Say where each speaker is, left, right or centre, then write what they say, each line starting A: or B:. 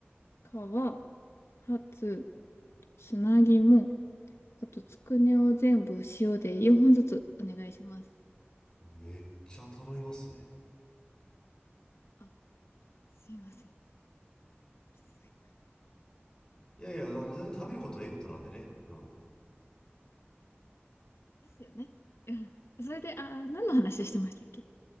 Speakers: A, on the left; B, on the left.
A: 皮、ハツ、砂肝、あと、つくねを全部塩で4本ずつお願いします。
B: めっちゃ頼みますね。
A: あすいません。うるさいな。
B: いやいや、あの、全然食べることはいいことなんでね。うん。
A: ですよね。うん。それで、あー、何の話してましたっけ